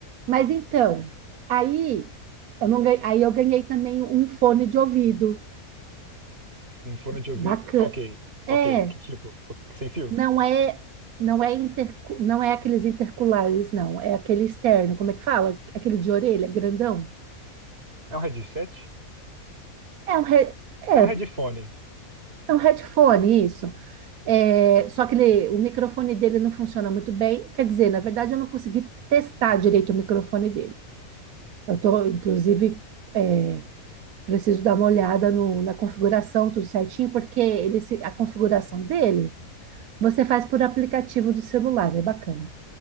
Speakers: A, on the right; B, on the right.
A: Mas então, aí eu não ganhei, aí eu ganhei também um fone de ouvido,
B: Um fone de ouvido.
A: bacana.
B: Ok,
A: É,
B: ok. Que tipo? Sem fio?
A: Não é, não é inter, não é aqueles interculares, não. É aquele externo, como é que fala? Aquele de orelha, grandão.
B: É um headset?
A: É um, he- é,
B: É um headphone.
A: é um headphone, isso. É, só que ele- o microfone dele não funciona muito bem. Quer dizer, na verdade, eu não consegui testar direito o microfone dele. Eu tô, inclusive, é, preciso dar uma olhada no- na configuração, tudo certinho, porque ele, se- a configuração dele você faz por aplicativo do celular, é bacana.